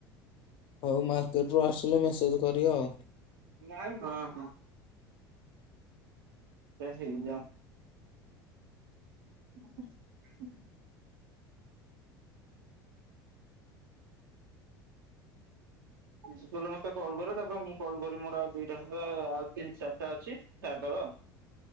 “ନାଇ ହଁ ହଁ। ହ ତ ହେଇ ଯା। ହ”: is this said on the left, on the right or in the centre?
Right